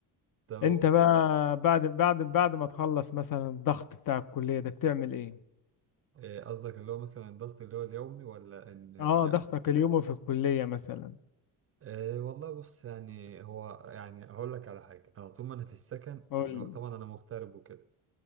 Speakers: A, on the right; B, on the left.
A: طب
B: انت بقى بعد بعد بعد ما تخلص مثلا الضغط بتاع الكلية ده بتعمل ايه؟
A: آه، قصدك اللي هو مثلا الضغط اللي هو اليومي ولا ان
B: اه
A: يعني
B: ضغطك اليومي في الكلية مثلا
A: أه والله بص يعني هو يعني هقول لك على حاجة أنا طول ما أنا في السكن
B: قول
A: اللي هو
B: لي
A: طبعا أنا مغترب وكده